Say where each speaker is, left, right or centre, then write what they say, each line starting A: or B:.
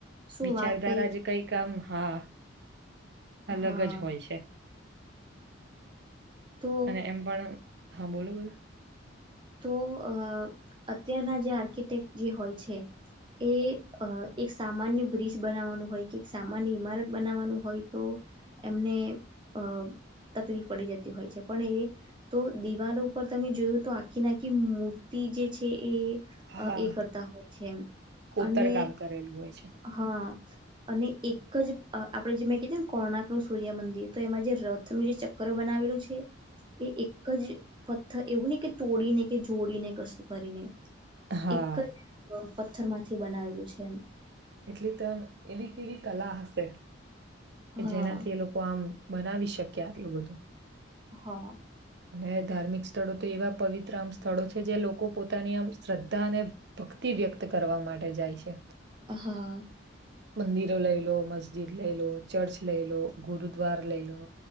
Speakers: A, on the right; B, on the right.
A: શું
B: વિચારધારા
A: વાત કરીએ
B: જ કઈકામ હા અલગ
A: હા
B: જ હોય છે
A: તો
B: અને એમ પણ હા બોલો બોલો
A: તો અ અત્યારના જે આર્કિટેક્ટ જે હોય છે એ એક સામાન્ય બ્રિજ બનાવવાનું હોય કે એક સામાન્ય ઈમારત બનાવવાનું હોય તો એમને અ તકલીફ પડી જતી હોય છે પણ એ તો દિવાલો ઉપર તમે જોયું તો કે નકી મૂર્તિ જે છે એ
B: હા
A: એ કરતા હોય છે
B: કોતર
A: અને
B: કામ કરેલું હોય છે
A: હા અને એક એક જ આપણે જે મેં કીધે ને કોણાક નું સૂર્યમંદિર તો એમાં જે રથનું જે ચક્કર બનાવેલું છે એ એક જ પથ્થર એવું નહી કે તોડીને કે જોડીને કશું કરીને
B: હા
A: એક જ પથ્થર માંથી બનાવેલું છે એમ
B: એટલી ત એવી કેવી કલા હશે કે
A: હા
B: જેનાથી એ લોકો આમ બનાવી શક્યા આટલું બધું
A: હા
B: અને ધાર્મિક સ્થળો તો એવા પવિત્ર આમ સ્થળો છે જે્યાં લોકો પોતાની આમ શ્રદ્ધા અને ભક્તિ વ્યક્ત કરવા માટે જાય છે
A: હા
B: મંદિરો લઈ લો મસ્જિદ લઈ લો ચર્ચ લઈ લો ગુરુદ્વાર લઈ લો